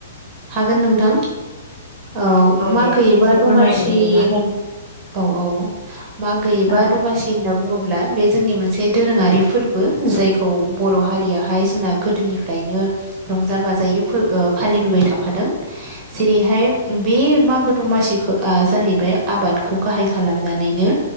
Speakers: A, on the right (about 15°); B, on the left (about 45°).
A: हागोन नोंथां। औ, मागोबा
B: दे
A: एबा
B: एसे
A: दमासि
B: फोरमायदो बिदिब्ला
A: होन औ औ, मागो एबा
B: औ
A: दमासि होनना बुङोब्ला बे जोंनि मोनसे दोरोङारि फोरबो जायखौ बर' हारियाहाय जोंना गोदोनिफ्रायनो रंजा बाजायै फो ओ फालिबोबाय थाखादों जेरैहाय बे मागो दमासिखौ ओ जाहैबाय आबादखौ गाहाय खालामनानैनो